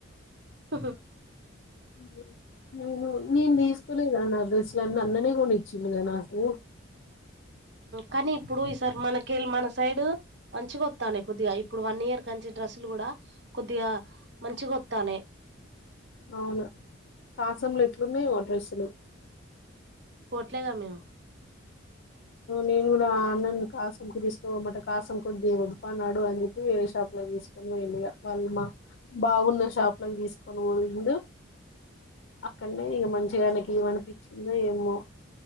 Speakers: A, on the right; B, on the left.
A: హహ
B: హ నను నేను తీస్కోలే గా నా డ్రెస్సులు అన్ని అన్ననే కొనిి చిన్గానకు
A: కానీ ఇప్పుడు ఈసార్ మనకేళి మన సైడ్ మంచిగొతనయి కొద్దిగా ఇప్పుడు వన్ ఇయర్ కంచి డ్రెస్సులు కూడా కొద్దిగా మంచిగా గొత్త తానై
B: అవును కాసంలు ఎట్లున్నాయో డ్రస్సులు
A: పోట్లేద మేము
B: నేను కూడా అన్నన్ కాస్త తీసుకోమమాట కాసం కొద్ది వదున్నాడు అని చెప్పి వేరే షాప్ లోకి తీసుకొని పోయిండు వాళ్ళు మా బావున్న షాప్ లో తీసుకొని పోయిండు అక్కడనే ఇక మంచిగా ఆయనకి ఏమనిపించిందో ఏమో